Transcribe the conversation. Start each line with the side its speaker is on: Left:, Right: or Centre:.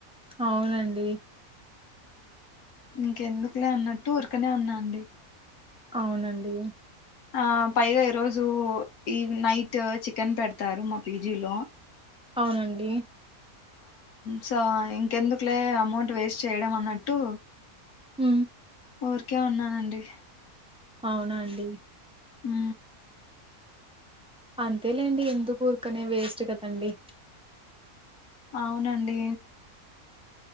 Centre: అవునండి
Left: ఇంకెందుకులే అన్నట్టు ఉఊరికనే ఉన్నా అండి
Centre: అవునండి
Left: ఆ పైగా ఈరోజు ఈ నైట్ చికెన్ పెడతారు మా పీజీలో
Centre: అవునండి
Left: సో ఇంకెందుకులే అమౌంట్ వేస్ట్ చేయడం అన్నట్టు
Centre: హ
Left: ఊరికే ఉన్నానండి
Centre: అవునా అండి
Left: హ
Centre: అంతేలేండి ఎందుర్ పక్కనే వేస్ట్ కదండి
Left: అవునండి